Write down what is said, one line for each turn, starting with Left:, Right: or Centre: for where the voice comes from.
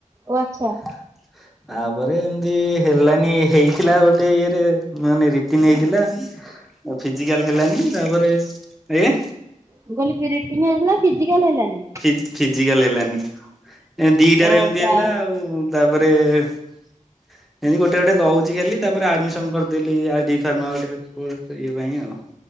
Right: ଓ ଆଚ୍ଛା।
Centre: ହ। ତାପରେ ଏମତି ହେଲାନି ହେଇଥିଲା ଗୋଟେ ଇଏରେ ମାନେ ରିଟିନ ହେଇଥିଲା। ଫିଜିକାଲ ହେଲାନି ତାପରେ ଆଜ୍ଞା।
Right: ମୁ କହଲି ରିଟିର୍ନ ହେଲା ଫିଜିକାଲ ହେଲାନି।
Centre: ଫି-ଫି-ଫିଜିକାଲ ହେଲାନି ଏ ଦିଟାରେ
Right: ଓ
Centre: ଏମିତି
Right: ପ୍ରାୟ
Centre: ହେଲା ଆଉ। ତାପରେ ଏମିତି ଗୋଟେ ଗୋଟେ ଦଉଛି ଖାଲି ତାପରେ ଆଡମିସନ କରିଦେଲି ଆଡି ଡି ଫାର୍ମା ଗୋଟେ ଇଏ ପାଇଁ ଆଉ।